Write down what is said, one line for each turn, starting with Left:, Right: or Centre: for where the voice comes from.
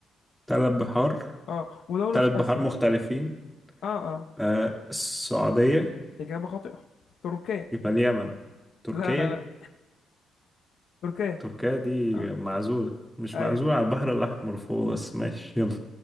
Centre: تلات بحار
Left: اه ودولة
Centre: تلات
Left: في
Centre: بحار
Left: آسيا
Centre: مختلفين
Left: اه اه
Centre: آه السعودية
Left: إجابة خاطئة تركيا
Centre: يبقى اليمن تركيا
Left: لا لا لا تركيا
Centre: تركيا دي
Left: اه
Centre: معزولة مش
Left: ايوه
Centre: معزولة على البحر الأحمر فوق بس ماشي يلا